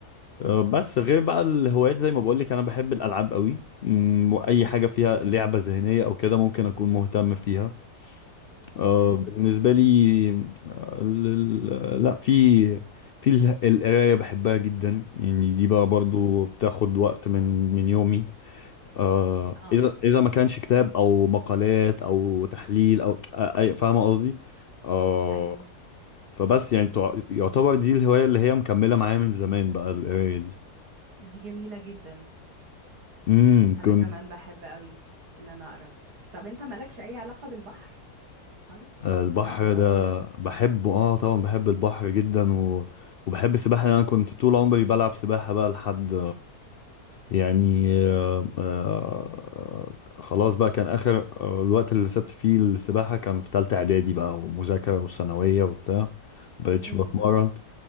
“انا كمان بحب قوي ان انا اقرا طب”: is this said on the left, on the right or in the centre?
Right